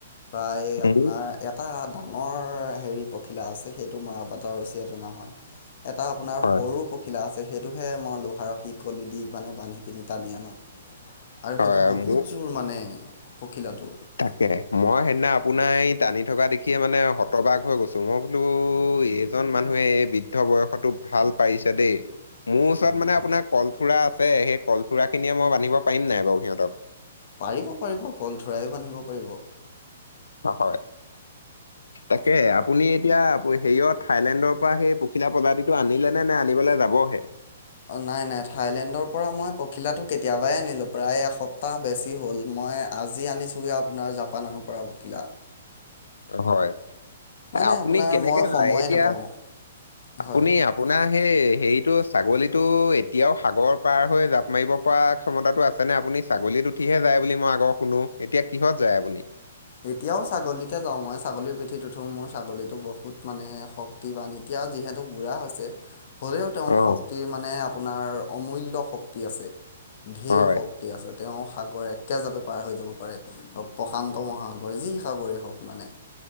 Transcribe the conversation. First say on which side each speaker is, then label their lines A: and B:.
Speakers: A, on the left; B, on the left.
A: প্ৰায়
B: মোৰ
A: আপোনাৰ এটা ডাঙৰ হেৰি পখিলা আছে সেইটো মৰাপাটৰ ৰঁচীয়ে টনা হয়। এটা আপোনাৰ
B: হয়
A: সৰু পখিলা আছে। সেইটোহে মই ল লোহাৰৰ শিকলি দি মানে বান্ধি পিনি টানি আনো। আৰু
B: হয়
A: সেইটো বহুত
B: মোৰ
A: জোৰ মানে পখিলাটো।
B: তাকে মই সেইদিনা আপোনাৰ এই টানি থকা দেখিয়ে মানে হতবাগ হৈ গৈছো। মই বোলো এইজন মানুহে বৃদ্ধ বয়সতো ভাল পাৰিছে দেই। মোৰ ওচৰত
A: হয়
B: মানে
A: হয়
B: আপোনাৰ কলঠোৰা আছে সেই কলঠোৰাখিনিয়ে মই বান্ধিব পাৰিম নাই বাৰু সিহঁতক?
A: পাৰিব পাৰিব কলথোৰায়ো বান্ধিব পাৰিব।
B: অ', হয়। তাকেহে আপুনি এতিয়া হেৰিয়ত থাইলেণ্ডৰ পৰা সেই পখিলা প্ৰজাতিটো আনিলে নে? নে আনিবলৈ যাবহে?
A: নাই নাই থাইলেণ্ডৰ পৰা মই পখিলাটো কেতিয়াবাই আনিলো প্ৰায় এসপ্তাহ বেছি হ'ল। মই আজি আনিছো গৈ আপোনাৰ জাপানৰ পৰা পখিলা।
B: হয়।
A: মানে
B: আপুনি
A: আপোনাৰ
B: কেনেকে
A: মই
B: যায়?
A: সময়ে
B: এতিয়া
A: নাপাওঁ
B: আপুনি
A: হয় হয়
B: আপোনাৰ হেই হেৰিটো ছাগলীতটো এতিয়াও সাগৰৰ পাৰ হৈ জাপ মাৰিব পৰা ক্ষমতাটো আছে নে? আপুনি আপুনি ছাগলীত উঠিহে যায় বুলি হে মই আকৌ শুনো। এতিয়া কিহত যায় আপুনি?
A: এতিয়াও ছাগলীতে যাওঁ মই। ছাগলীৰ পিঠিত উঠো মোৰ ছাগলীটো বহুত মানে শক্তি বান। এতিয়াও যিহেতু বুঢ়া হৈছে। হ'লেও তেওঁৰ
B: অ'।
A: শক্তি মানে আপোনাৰ অমূল্য শক্তি আছে। ধেৰ
B: হয়।
A: শক্তি আছে তেওঁ সাগৰ একেজাপে পাৰ হৈ যাব পাৰে। ক প্ৰশান্ত মহাসাগৰ যি সাগৰে হওক মানে